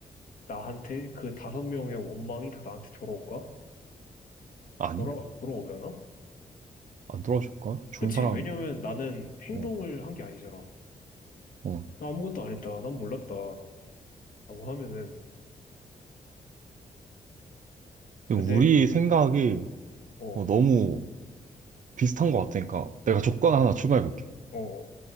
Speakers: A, on the left; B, on the right.
A: 나한테 그 다섯 명의 원망이 다 나한테 돌아올까?
B: 아니?
A: 돌아, 돌아올려나?
B: 안 돌아줄까? 죽은
A: 그치.
B: 사람.
A: 왜냐면 나는 행동을
B: 어.
A: 한 게 아니잖아.
B: 어.
A: 나 아무것도 안 했다. 난 몰랐다. 라고 하면은.
B: 근데
A: 근데,
B: 우리 생각이
A: 어,
B: 어, 너무 비슷한 것 같으니까 내가 조건 하나 추가해 볼게.
A: 어, 어,